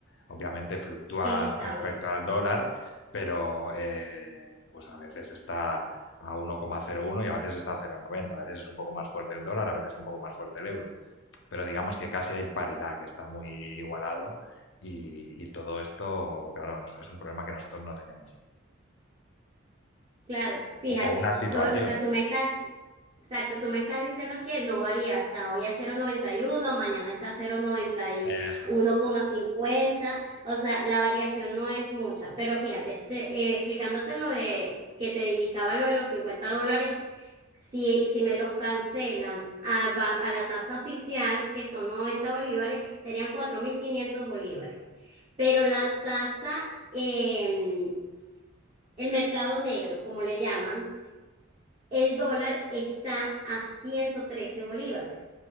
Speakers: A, on the left (about 60°); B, on the right (about 30°).
A: obviamente fluctúa
B: que es estable.
A: respecto al dólar, pero eh, pues a veces está a 1,01 y a veces está a 0,90, a veces es un poco más fuerte el dólar, a veces un poco más fuerte el euro. Pero digamos que casi hay paridad, que está muy igualado y, y todo esto, claro, nos- es un problema que nosotros no tenemos.
B: Claro, fíjate.
A: O, o una situación.
B: O o sea, tú me estás Exacto, tú me estás diciendo que no varía hasta hoy a cero coma noventa y uno, mañana está a cero coma noventa y
A: Eso
B: uno
A: es.
B: coma cincuenta. o sea, la variación no es mucha, pero fíjate, te- eh, explicándote lo de que te indicaba lo de los 50 dólares, si, si me los cancelan a, ban- a la tasa oficial, que son 90 bolívares, serían 4.500 bolívares, pero la tasa, em, el mercado negro, como le llaman, el dólar está a 113 bolívares.